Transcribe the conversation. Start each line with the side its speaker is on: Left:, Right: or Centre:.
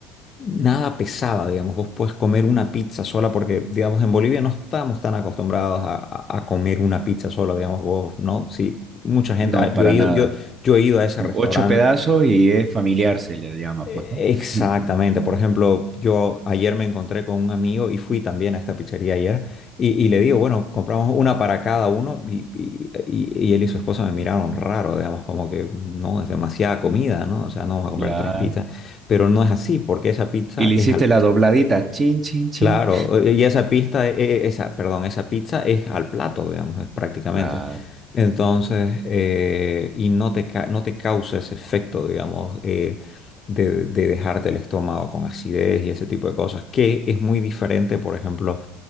Left: nada pesada, digamos. Vos puedes comer una pizza sola porque, digamos, en Bolivia no estamos tan acostumbrados a, a- a comer una pizza sola, digamos, vos, ¿no? Sí, mucha gente,
Right: No,
Left: ah,
Right: para
Left: yo he ido,
Right: nada.
Left: yo, yo he ido a ese
Right: Son
Left: restaurante
Right: ocho pedazos y es familiar, se le llama,
Left: eh,
Right: pues, ¿no?
Left: Exactamente,
Right: <laughs>
Left: por ejemplo, yo ayer me encontré con un amigo y fui también a esta pizzería ayer y, y le digo, bueno, compramos una para cada uno y, y- y- y él y su esposa me miraron raro, digamos, como que no, es demasiada comida, ¿no? O sea, no vamos a comprar
Right: Claro.
Left: tres pizzas, pero no es así porque esa pizza
Right: Y le
Left: es,
Right: hiciste
Left: al-
Right: la dobladita, chin, chin, chin.
Left: Claro, e-, y esa pista, e- esa, perdón, esa pizza es al plato, digamos, es prácticamente.
Right: Claro.
Left: Entonces,
Right: Ujú.
Left: eh, y no te, ca- no te causa ese efecto, digamos, eh, de, de dejarte el estómago con acidez y ese tipo de cosas, que es muy diferente, por ejemplo,